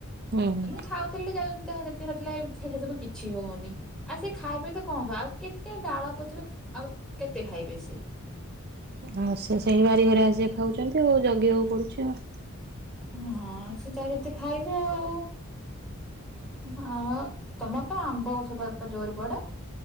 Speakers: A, on the right; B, in the centre.
A: ହୁଁ
B: ଏନ୍ତ ଖାଉ ଯାହା ଯେମତି ତାହା ଯେତିକଥିଲା ଏବେ ସେରା ସବୁ କିଛି ହଉନି। ଆଉ ସେ ଖାଇବେ ତ କଣ କହ ଆଉ କେତେ ଡାଳ ପତ୍ର ଆଉ କେତେ ଖାଇବେ ସେ
A: ଆଉ ସେ ସେଇ ବାରି ଘରେ ଆସିକି ଖାଉଛନ୍ତି ଆଉ ଜଗିବାକୁ ପଡୁଛି ଆଉ।
B: ହଁ ସେ ଚାରିତେ ଖାଇବେ ଆଉ। ମା ତମର ପା ଆମ୍ବଗଛପା ଜୋର କୁଆଡେ?